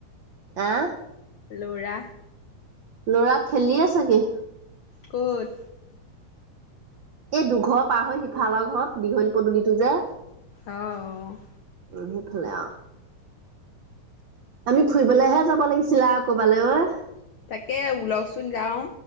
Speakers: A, on the right (about 80°); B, on the left (about 80°).
A: আহ?
B: ল'ৰা,
A: লৰা খেলিয়ে চাগে।
B: ক'ত?
A: এই দুঘৰ পাৰ হৈ সিফালৰ ঘৰত দীঘল পদলিটো যে।
B: অ অহ।
A: ইহি ফালে আও। আমি ফুৰিবলেহে যাব লাগিছ ছিলা ক'বালৈ ঐয়ে।
B: তাকে ওলকচোন যাও।